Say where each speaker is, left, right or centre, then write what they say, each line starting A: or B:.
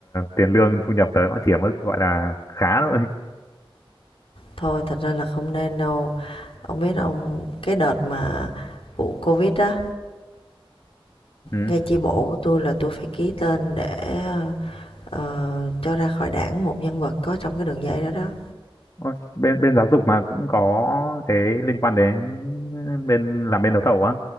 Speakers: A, on the left; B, on the left.
A: tiền lương thu nhập tớ nó chỉ ở mức gọi là khá thôi
B: Thôi thật ra là không nên đâu. Ông biết ông cái đợt mà vụ Covid á,
A: ừ.
B: ngay chi bộ của tôi là tôi phải ký tên để ờ, cho ra khỏi đảng một nhân vật có trong cái đường dây đó đó.
A: Ôi, bên bên giáo dục mà cũng có cái liên quan đến bên làm bên đấu thầu á